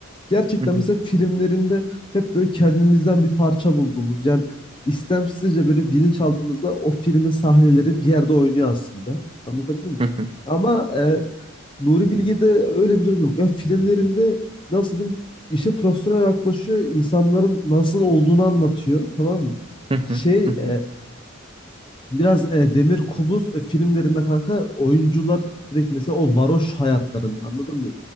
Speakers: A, on the left; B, on the right.
A: Gerçekten
B: Hı hı,
A: mesela filmlerinde hep böyle kendimizden bir parça bulduğumuz yani istemsizce böyle bilinçaltımızda o filmin sahneleri bir yerde oynuyor aslında. Anlatabildim mi?
B: hı hı,
A: Ama e, Nuri Bilge'de öyle bir durum yok. Yani filmlerinde nasıl diyeyim işe profesyonel yaklaşıyor. insanların nasıl olduğunu anlatıyor. Tamam mı?
B: hı
A: Şey
B: hı, hı
A: e,
B: hı.
A: Biraz e, Demir Kubuz e, filmlerinde kanka oyuncular direkt mesela o varoş hayatların anladın mı?